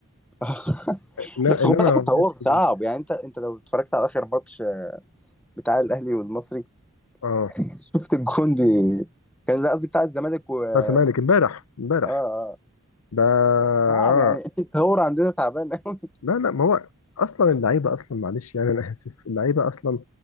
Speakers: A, in the centre; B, on the left.
A: <laughs>
B: إن- انما
A: بس خد بالك التطور
B: ما كانش
A: صعب
B: كده
A: يعني انت انت لو اتفرجت على اخر ماتش بتاع الاهلي والمصري
B: اه
A: <laughs> شفت الجون دي كان لا قصدي بتاع الزمالك و اه
B: بس مالك امبارح امبارح
A: اه
B: ده آه.
A: صعب يعني <laughs> التطور عندنا تعبان قوي
B: لا لا ما هو اصلا اللعيبه اصلا معلش يعني انا اسف اللعيبه اصلا